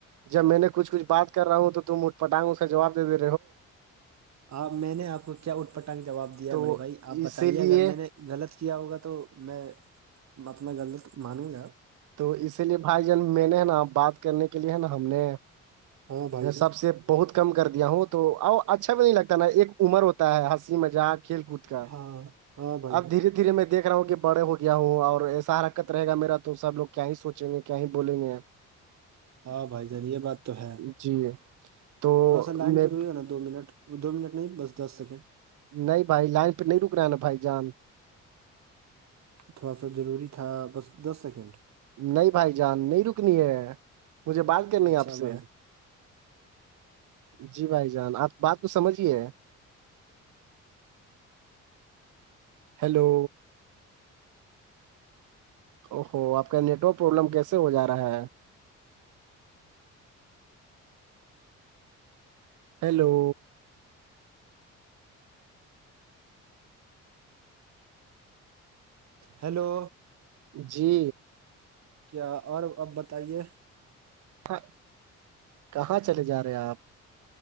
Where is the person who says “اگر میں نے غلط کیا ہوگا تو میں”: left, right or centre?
Right